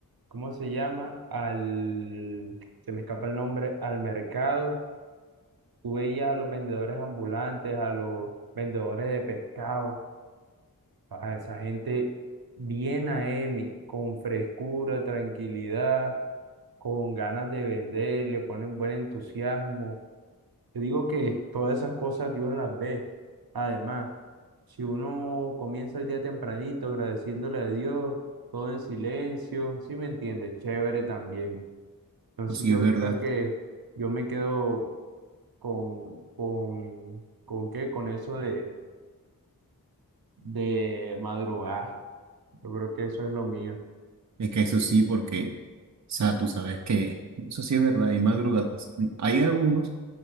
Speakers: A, on the right; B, on the right.
A: ¿cómo se llama? Al, se me escapa el nombre, al mercado, tú veías a los vendedores ambulantes, a los vendedores de pescado, a esa gente bien AM, con frescura, tranquilidad con ganas de vender, le ponen buen entusiasmo. Yo digo que todas esas cosas Dios las ve. Además, si uno comienza el día tempranito agradeciéndole a Dios, todo en silencio, ¿sí me entiende? Chévere también. Entonces
B: Pues sí,
A: yo
B: es verdad.
A: creo que yo me quedo con, con, ¿con qué? Con eso de, de madrugar. Yo creo que eso es lo mío.
B: Es que eso sí, porque, o sea, tú sabes que eso sí es verdad, hay madrugadas. Hay algunos